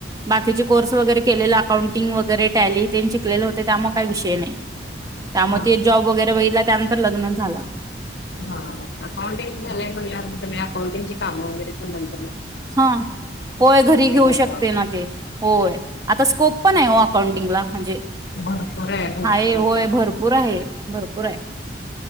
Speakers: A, on the right; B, on the left.
A: बाकीचे कोर्स वगैरे केलेले अकाउंटिंग वगैरे, टॅली तेन शिकलेल होते त्यामुळे काय विषय नाइ. त्यामुळे
B: हा
A: ते जॉब वगैरे बघितला त्यानंतर लग्न झाला
B: हा अकाउंटिंग झालंय म्हटल्यावर म तुम्ही अकाउंटिंगची कामं वगैरे प
A: हा होय घरी घेऊ
B: झालं
A: शकते ना ते होय, आता स्कोप पण ओ अकाउंटिंगला म्हणजे
B: भरपूर आहे भरपूर
A: हाय होय
B: आता
A: भरपूर आहे भरपूरय.